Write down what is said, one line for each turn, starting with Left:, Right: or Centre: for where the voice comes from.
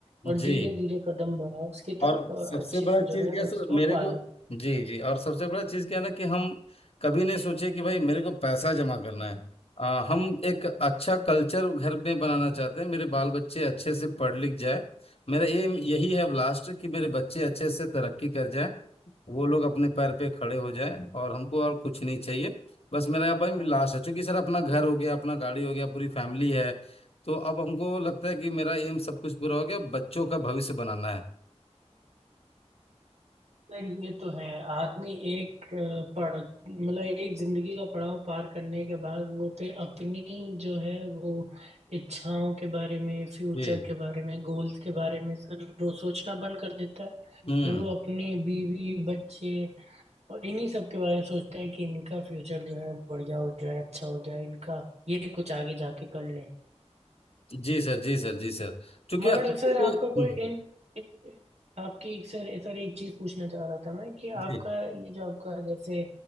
Right: और
Left: जी
Right: धीरे धीरे कदम बढ़ाओ उसकी
Left: और
Right: तरफ
Left: सबसे
Right: और अच्छे
Left: बड़ा
Right: से
Left: चीज
Right: जो है
Left: क्या है, सर
Right: उसको
Left: मेरे
Right: पालो
Left: को जी जी और सबसे बड़ा चीज क्या है ना कि हम कभी नहीं सोचे कि भाई मेरे को पैसा जमा करना है आ, हम एक अच्छा कल्चर घर में बनाना चाहते हैं मेरे बाल बच्चे अच्छे से पढ़ लिख जाए मेरा एम यही है अब लास्ट कि मेरे बच्चे अच्छे से तरक्की कर जाए वो लोग अपने पैर पे खड़े हो जाए और हमको और कुछ नहीं चाहिए बस मेरा अब भाई लास्ट है चूंकि सर अपना घर हो गया अपना गाड़ी हो गया पूरी फैमिली है तो अब हमको लगता है कि मेरा एम सब कुछ पूरा हो गया बच्चों का भविष्य बनाना है
Right: सर ये तो है आदमी एक अ, पढ़ मतलब एक जिंदगी का पड़ाव पार करने के बाद वो पे अपनी जो है वो इच्छाओं के बारे में फ्यूचर
Left: जी
Right: के बारे में गोल्स के बारे में सर वो सोचना बंद कर देता है
Left: हम्म
Right: फिर वो अपने बीवी बच्चे और इन्हीं सब के बारे में सोचता है कि इनका फ्यूचर जो है बढ़िया हो जाए अच्छा हो जाए इनका ये कुछ आगे जाके कर लें
Left: जी सर जी सर जी सर क्योंकि
Right: मगर
Left: आपके
Right: सर आपका कोई
Left: हम्म,
Right: इन, इन- आपकी सर सर एक चीज पूछना चाह रहा था मैं कि
Left: जी
Right: आपका ये जो आपका जैसे